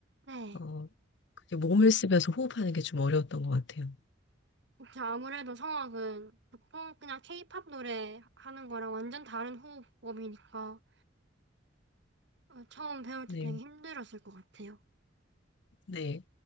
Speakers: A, on the right; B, on the left.
A: 네.
B: 어, 그게 몸을 쓰면서 호흡하는 게 좀 어려웠던 것 같아요.
A: 그쵸, 아무래도 성악은 보통 그냥 케이팝 노래 하는 거랑 완전 다른 호흡법이니까 어, 처음 배울
B: 네,
A: 때 되게 힘들었을 것 같아요.
B: 네.